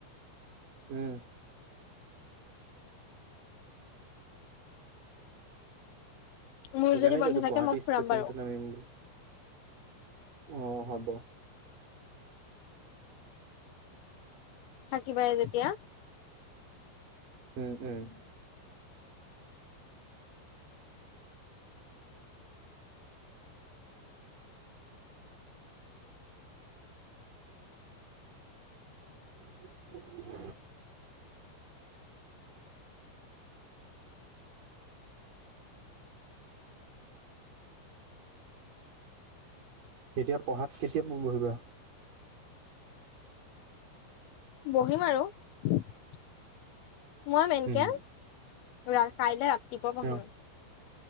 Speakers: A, on the right (about 40°); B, on the left (about 80°).
A: উম
B: মোৰ
A: সেইকাৰণে
B: যদি বন্ধ
A: কৈছো
B: থাকে
A: গুৱাহাটী
B: মই ফুৰাম
A: ষ্টেচনটে
B: বাৰু
A: নামিম বুলি অ হ'ব
B: থাকিবাই যেতিয়া
A: উম উম <unintelligible> এতিয়া পঢ়াত কেতিয়া পু বহিবা
B: বহিম আৰু মই মেনকে
A: উম
B: ৰা কাইলে ৰাতিপুৱা পঢ়িম
A: অ